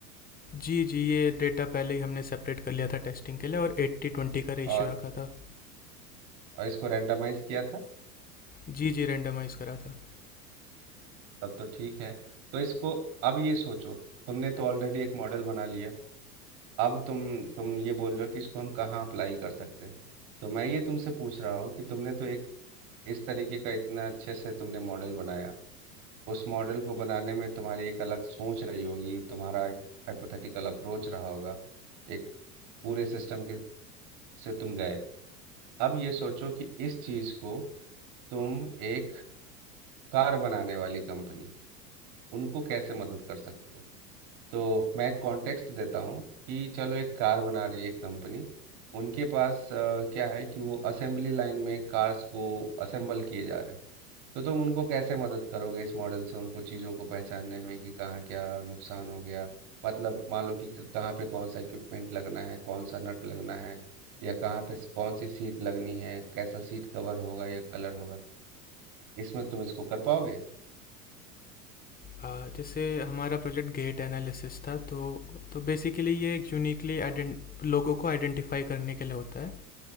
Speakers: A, on the left; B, on the right.
A: जी जी ये डेटा पहले ही हमने सेपरेट कर लिया था टेस्टिंग के लिए और एट्टी ट्वेंटी का रेशियो
B: और,
A: रखा था
B: और इसको रेंडमाइज किया था
A: जी जी रेंडमाइज़ करा था
B: तब तो ठीक है तो इसको अब ये सोचो तुमने तो ऑलरेडी एक मॉडल बना लिया अब तुम तुम ये बोल रहे हो कि इसको हम कहाँ अप्लाई कर सकते हैं तो मैं ये तुमसे पूछ रहा हूँ कि तुमने तो एक इस तरीके का इतना अच्छे से तुमने मॉडल बनाया उस मॉडल को बनाने में तुम्हारी एक अलग सोच रही होगी तुम्हारा एक हाइपोथेटिकल अप्रोच रहा होगा एक पूरे सिस्टम के से तुम गए अब ये सोचो कि इस चीज़ को तुम एक कार बनाने वाली कंपनी उनको कैसे मदद कर सकते हो तो मैं कॉन्टेक्स्ट देता हूँ कि चलो एक कार बना रही है एक कंपनी उनके पास अ, क्या है कि वो असेंबली लाइन में कार्स को असेंबल किए जा रहे हैं तो तुम उनको कैसे मदद करोगे इस मॉडल से उनको चीज़ों को पहचानने में कि कहाँ क्या नुकसान हो गया मतलब मान लो कि क- कहाँ पे कौन सा इक्विपमेंट लगना है कौन सा नट लगना है या कहाँ पे स- कौन सी सीट लगनी है कैसा सीट कवर होगा या कलर होगा इसमें तुम इसको कर पाओगे
A: अ, जैसे हमारा प्रोजेक्ट गेट एनालिसिस था तो तो बेसिकली ये एक यूनिकली लोगों को आइडेंटिफाई करने के लिए होता है